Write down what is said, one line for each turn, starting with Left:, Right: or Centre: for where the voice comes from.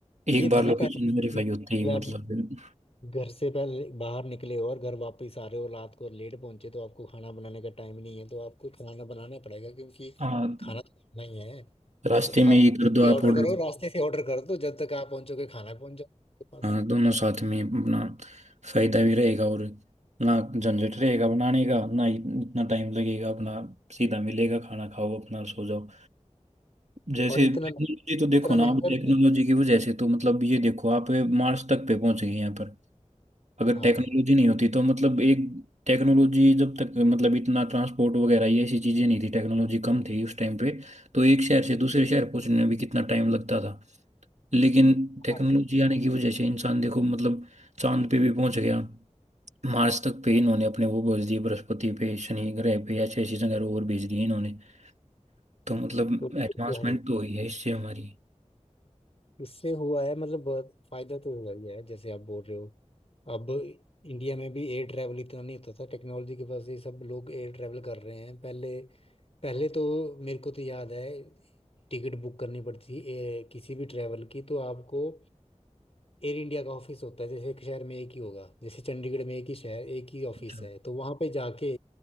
Right: एक
Left: ये
Right: बार
Left: था ना
Right: लोकेशन
Left: पहले
Right: वेरीफाई
Left: कि
Right: होती है
Left: यार
Right: मतलब
Left: घर से पहले बाहर निकले हो और घर वापस आ रहे हो रात को लेट पहुंचे तो आपको खाना बनाने का टाइम नहीं है तो आपको खाना बनाना पड़ेगा क्योंकि
Right: हाँ
Left: खाना तो खाना ही है
Right: रास्ते
Left: तो आप
Right: में ही कर दो आप
Left: ऑर्डर
Right: ऑर्डर
Left: करो रास्ते से ऑर्डर कर दो जब तक आप पहुंचोगे खाना पहुंच जाओगे आपके पास
Right: हाँ दोनों साथ में अपना फायदा भी रहेगा और ना झंझट रहेगा बनाने का ना इ- इतना टाइम लगेगा अपना सीधा मिलेगा खाना खाओ अपना सो जाओ जैसे
Left: और इतना
Right: टेक्नोलॉजी तो देखो
Left: इतना
Right: ना
Left: महंगा
Right: अब टेक्नोलॉजी
Left: भी नहीं।
Right: की वजह से तो मतलब ये देखो आप मार्स तक पे पहुंच गए हैं यहाँ पर अगर
Left: हाँ
Right: टेक्नोलॉजी नहीं होती तो मतलब एक टेक्नोलॉजी जब तक मतलब इतना ट्रांसपोर्ट वगैरह ये ऐसी चीजें नहीं थी टेक्नोलॉजी कम थी उस टाइम पे तो एक शहर से दूसरे शहर पहुंचने में भी कितना टाइम लगता था लेकिन टेक्नोलॉजी
Left: हाँ,
Right: आने की वजह से इंसान देखो मतलब चांद पे भी पहुंच गया मार्स तक पे इन्होंने अपने वो भेज दिए बृहस्पति पे शनि ग्रह पे ऐसे ऐसी जगह रोवर भेज दिए इन्होंने तो मतलब
Left: तो ये
Right: एडवांसमेंट
Left: तो है
Right: तो हुई है इससे हमारी
Left: इससे हुआ है मतलब बहुत फायदा तो हुआ ही है जैसे आप बोल रहे हो अब इंडिया में भी एयर ट्रैवल इतना नहीं होता था टेक्नोलॉजी की वजह से ही सब लोग एयर ट्रैवल कर रहे हैं पहले पहले तो मेरे को तो याद है टिकट बुक करनी पड़ती थी ए, किसी भी ट्रैवल की तो आपको एयर इंडिया का ऑफिस होता है जैसे एक शहर में एक ही होगा जैसे चंडीगढ़ में एक ही शहर एक ही ऑफिस
Right: मतलब
Left: है तो वहाँ पे जाके